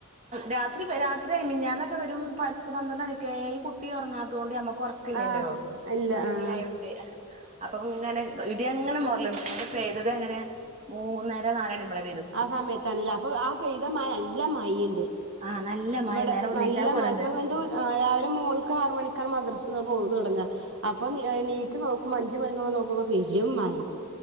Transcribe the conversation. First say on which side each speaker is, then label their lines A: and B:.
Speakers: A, on the right (about 35°); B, on the right (about 65°).
A: രാത്രി പെ രാത്രിയ് മിഞ്ഞാന്നൊക്കെ വരും പത്ത് പന്ത്രണ്ട് മണിയൊക്കായി ഈ കുട്ടി ഒറങ്ങാതോണ്ട് ഞ ഒറക്കില്ലല്ലോ
B: ആഹ് അല്ല
A: വയന്നിലായൊണ്ട്
B: ആഹ്
A: അപ്പൊ ഇങ്ങനെ ഇടി അങ്ങനെ മൊർള്ണ് ണ്ട് ഇന്നട്ട് പെയ്തതെങ്ങനെ മൂന്ന രനാലണി മ്പളേ
B: ആ സമയത്താണ് ലേ അപ്പൊ ആ പെയ്ത മഴ ന ല്ല മഴീണ്ട്
A: ആഹ് നല്ല മഴ
B: ഇവടെ
A: നേരം വെളുത്ത്
B: നല്ല
A: നീച്ചാൻ പോലുണ്ട്
B: മഴ ഇത്ര <unintelligible> എന്തോ ആഹ് രാവിലെ മോൾക്കാറ് മണിക്കാണ് മദ്ര സ <unintelligible> പോവ് തൊടങ്ങ അപൊ എണീറ്റ് നോ ക്കുമ്പം അഞ്ച് മണി ക്കൊക്കെ നോക്കുമ്പൊ പെരുമ്മഴ